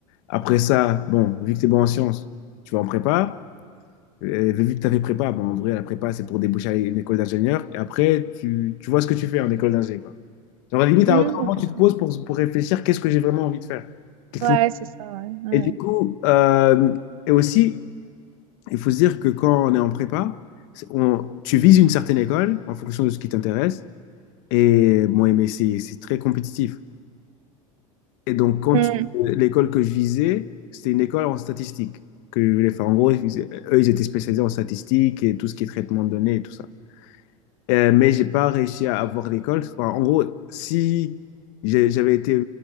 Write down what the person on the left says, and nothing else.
Après ça, bon, vu que t'es bon en sciences, tu vas en prépa. Et vu que t'as fait prépa, bon, en vrai, la prépa, c'est pour déboucher à une école d'ingénieur. Et après, tu, tu vois ce que tu fais en école d'ingé, quoi. Genre, limite,
à aucun moment,
tu te poses pour, pour réfléchir, qu'est-ce que j'ai vraiment envie de faire? Qu'est-ce
qui me-
Et du coup, euh, et aussi, il faut se dire que quand on est en prépa, c'est- on- tu vises une certaine école en fonction de ce qui t'intéresse. Et bon, mais c'est c'est très compétitif. Et donc, quand tu-
l'école que je visais, c'était une école en statistique que je voulais faire. En gros, ils faisaient- eux, ils étaient spécialisés en statistique et tout ce qui est traitement de données et tout ça. Euh, mais j'ai pas réussi à avoir l'école. Enfin, en gros, si j'ai- j'avais été